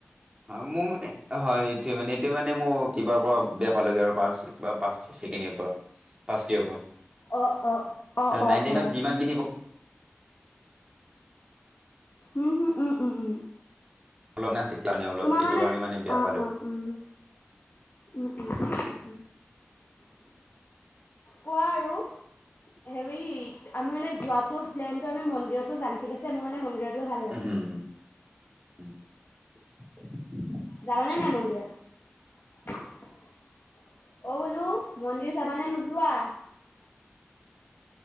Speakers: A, on the right; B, on the left.
A: অ, মোৰ মানে হয়। তিয়া মানে এতিয়া মানে মোৰ কিবাৰ পৰা বেয়া পালেগে আৰু পাঁচ বা পাঁচ ছেকেণ্ড পৰা ফাচ য়েৰৰ পৰা।
B: অ, অ। অ,
A: নাইন
B: অ,
A: টেনত
B: অ।
A: যিমান খিনি
B: উম উম উম উম উম
A: অলপ না তেতিয়া মানে অলপ
B: তোমাৰ
A: এইটো
B: মানে
A: কাৰণে বেয়া
B: অ
A: পালো
B: অ উম উ উম উম উ। কোৱা আৰু হেৰি আমি মানে যোৱাতো প্লেনটো আমি মন্দিৰতো জান ঠিকছে মান মোৰ মন্দিৰৰ ভাল লাগে।
A: উম <inaudible>
B: যাবা
A: আচ্ছা
B: নাই মন্দিৰত? অ, বোলো মন্দিৰ যাবা নে নোযো কোৱা।